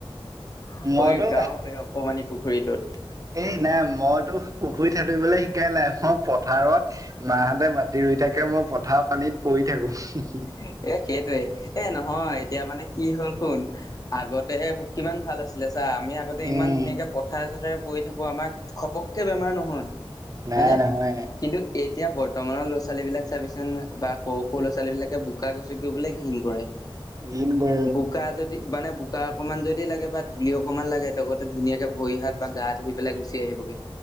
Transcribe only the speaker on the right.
মইতো
এই নাই মইতো পুখুৰীত সাঁতুৰিবলৈ শিকাই নাই মই পথাৰত মাহঁতে মাতি ৰুই থাকে মই পথাৰ পানীত পৰি থাকো।
উম,
নাই
নহয়।
ঘীণ কৰে।